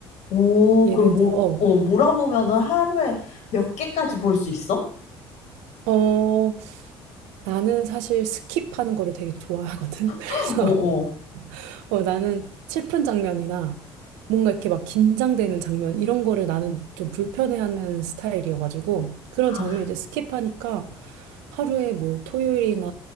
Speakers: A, on the left; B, on the right.
A: 오,
B: 예를
A: 그럼 뭐,
B: 들어, 어,
A: 어, 몰아보면은 하루에 몇 개까지 볼 수 있어?
B: 어, 나는 사실 스킵하는 거를 되게 좋아하거든. <laughs> 그래서
A: <laughs> 어, 어.
B: 어, 나는 슬픈 장면이나 뭔가 이렇게 막 긴장되는 장면 이런 거를 나는 좀 불편해하는 스타일이어가지고 그런
A: 아,
B: 장면 이제 스킵하니까 하루에 뭐 토요일이나